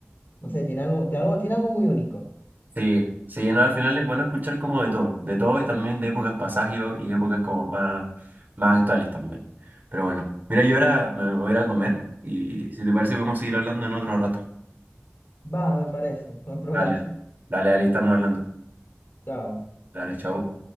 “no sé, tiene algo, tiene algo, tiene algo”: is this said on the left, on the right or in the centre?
Left